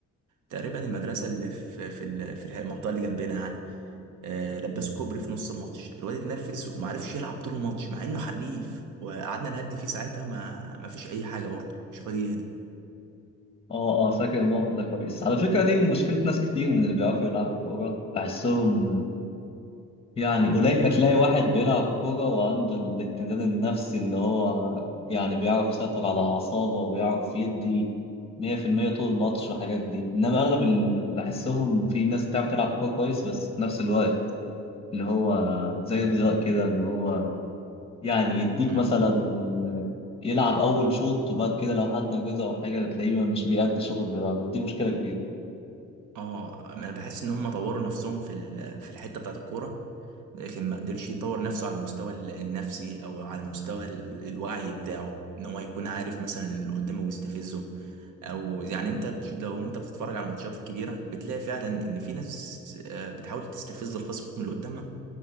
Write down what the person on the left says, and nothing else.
اه اه فاكر الموقف ده كويس على فكرة دي مشكلة ناس كتير من اللي بيعرفوا يلعبوا كورة بحسهم يعني
قليل ما تلاقي واحد بيلعب كورة وعنده الاتزان النفسي اللي هو يعني بيعرف يسيطر على أعصابه وبيعرف يدي 100% طول الماتش والحاجات دي إنما أغلب اللي بحسهم في ناس بتعرف تلعب كورة كويس بس في نفس الوقت اللي هو زي ضياء كده اللي هو يعني يديك
مثلا يلعب أول شوط وبعد كده لو حد نجزه أو حاجة تلاقيه مش بيأدي الشوط اللي بعده ودي مشكلة كبيرة